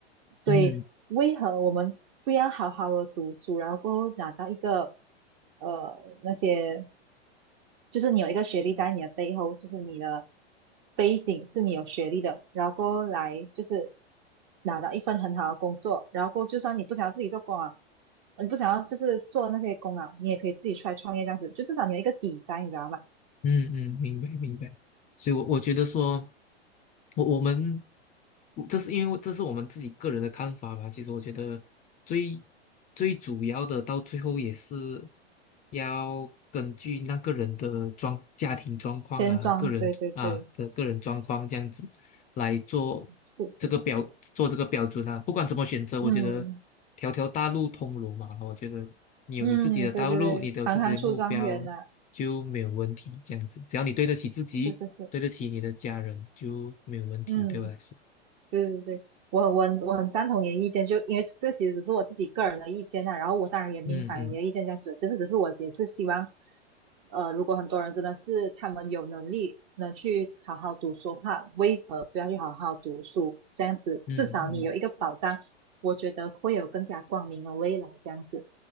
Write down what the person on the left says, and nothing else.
嗯
嗯嗯，明白明白。所以我，我觉得说，我我们，这是因为这是我们自己个人的看法吧。其实，我觉得最最主要的，到最后也是要根据那个人的状家庭状况啊，
个人啊的个人状况这样子。
来做这个标做这个标准啊。
不管怎么选择，
我觉得条条大路通罗马了。我觉得你有你自己的道路，
你都有自己的目标，
就没有问题。这样子，只要你对得起自己，
对得起你的家人，就没有问题。
对我来说，
嗯嗯
嗯嗯